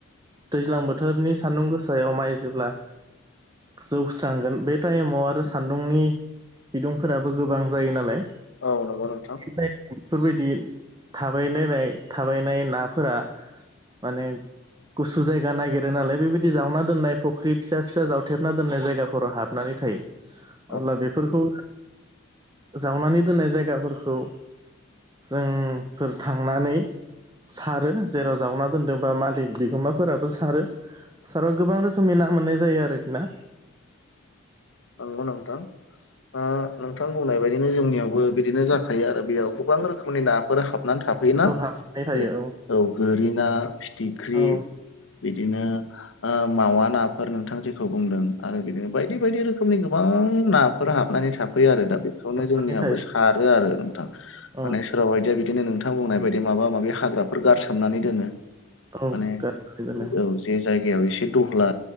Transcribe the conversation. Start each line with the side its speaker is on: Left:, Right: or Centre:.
Right: दैज्लां बोथोरनि सान्दुं गोसायाव माइ जोब्ला जौस्रांगोन बे टाइमाव आरो सान्दुंनि बिदुंफोराबो गोबां जायो नालाय
Left: औ नंगौ नोंथां
Right: बेफोरबायदि थाबायलायनाय थाबायनाय नाफोरा माने गुसु जायगा नागिरो नालाय बेबायदि जावना दोननाय फुख्रि फिसा फिसा जावथेबना दोननाय जायगाफोराव हाबनानै थायो।
Left: <inaudible>
Right: अब्ला बेफोरखौ जावनानै दोननाय जायगाफोरखौ जोंफोर थांनानै सारो जेराव जावना दोन्दों बा मालिक बिगोमाफोराबो सारो साराव गोबां रोखोमनि ना मोननाय जायो आरोखि ना
Left: नंगौ नोंथां आ नोंथां बुंनाय बायदिनो जोंनियावबो बिदिनो जाखायो आरो बेयाव गोबां रोखोमनि नाफोर हाबनानै था फैयोना
Right: औ हाबनानै
Left: जेरै
Right: थायो
Left: औ गोरि ना फिथिख्रि
Right: औ उम
Left: बिदिनो ओ मावा नाफोर नोंथां जेखौ बुंदों आरो बिदिनो बायदि बायदि रोखोम- रोखोमनि गोबां नाफोर हाबनानै था थाफैयो आरो दा बेखौनो जोंनियाबो
Right: हाबनानै थायो
Left: सारो आरो नोंथां माने
Right: औ
Left: सोरबा बायदिया बिदिनो नोंथां बुंनाय बायदि माबा माबि हाग्राफोर गारसोमनानै दोनो
Right: औ
Left: माने
Right: गारनानै दोनो
Left: औ जे जायगायाव एसे दहला